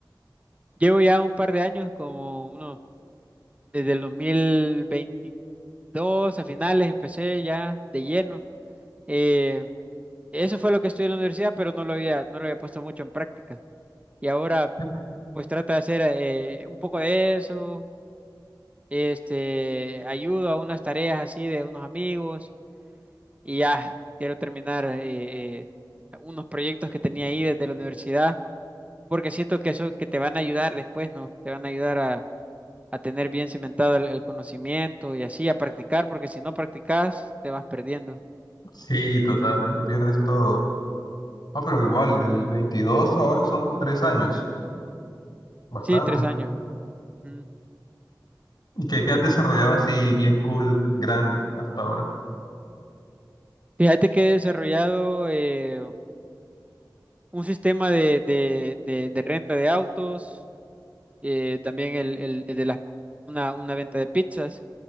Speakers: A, on the right; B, on the left.
A: Llevo ya un par de años, como uno, desde el 2022 a finales empecé ya de lleno. Eh, eso fue lo que estudié en la universidad, pero no lo había, no lo había puesto mucho en práctica. Y ahora
B: <laughs>
A: pues trata de hacer eh, un poco de eso, este, ayudo a unas tareas así de unos amigos y ya quiero terminar eh, eh, unos proyectos que tenía ahí desde la universidad, porque siento que eso que te van a ayudar después, ¿no? Te van a ayudar a, a tener bien cimentado el, el conocimiento y así a practicar, porque si no practicas te vas perdiendo.
B: Sí, total, lo pierdes todo. Ah, pero igual, del 22 ahora son tres años, bastante.
A: Sí, tres años. Ujú.
B: ¿Y qué, qué has desarrollado así bien cool, grande, hasta ahora?
A: Fíjate que he desarrollado eh, un sistema de, de de- de renta de autos eh, también el, el- el de las, una, una venta de pizzas,